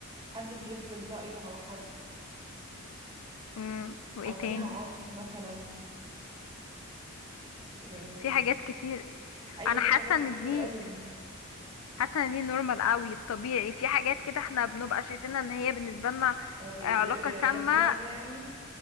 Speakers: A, on the right (about 20°); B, on the left (about 75°).
A: حد بيفرض رأيه على حد
B: امم وايه
A: أو
B: تاني
A: فيها عنف مثلا يعني
B: في حاجات كتير
A: أيوة
B: انا حاسة
A: في حاجات
B: ان
A: كتير
B: دي
A: قوي
B: حاسة ان دي نورمال قوي الطبيعي في حاجات كده احنا بنبقى شايفينها ان هي بالنسبة لنا
A: ريد
B: علاقة سامة
A: فلاج يعني